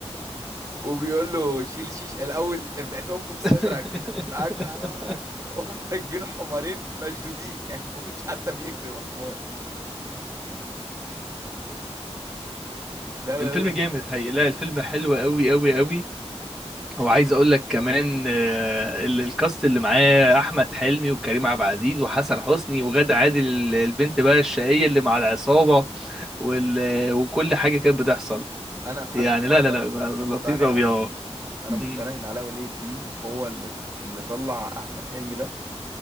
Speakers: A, on the right (about 30°); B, in the centre.
A: وبيقول له شيل شيش الاول بتاعت انفخ صدرك
B: <laughs>
A: رجع ظهرك هم راكبين حمارين مشدودين يعني هو مش حتى بيجري مع حمار لا لا
B: الفيلم جامد
A: لا
B: حقيقي
A: مش طبيعي
B: لا الفيلم حلو قوي قوي قوي وعايز اقول لك كمان آه، ال- الكاست اللي معاه احمد حلمي وكريم عبد العزيز وحسن حسني وغادة عادل ال- البنت بقى الشقيه اللي مع العصابه وال... آه، وكل حاجه كانت بتحصل
A: انا لحد
B: يعني
A: النهارده
B: لا لا لا لطيف
A: مقتنع
B: قوي اه
A: انا
B: مم.
A: مقتنع ان علاء ولي الدين هو اللي اللي طلع احمد حلمي ده